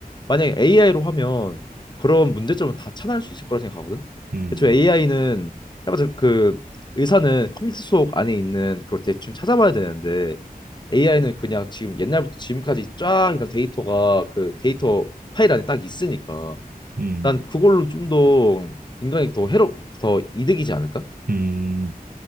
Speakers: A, on the left (about 30°); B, on the right (about 70°).
A: 만약에 AI로 하면 그런 문제점은 다 차단할 수 있을 거라 생각하거든.
B: 음,
A: 저 AI는 해봤자 그 의사는 컴퓨터 속 안에 있는 그걸 대충 찾아봐야 되는데 AI는 그냥 지금 옛날부터 지금까지 쫙 이런 데이터가 그 데이터 파일 안에 딱 있으니까
B: 음,
A: 난 그걸로 좀 더 인간이 더 해롭 더 이득이지 않을까?
B: 음.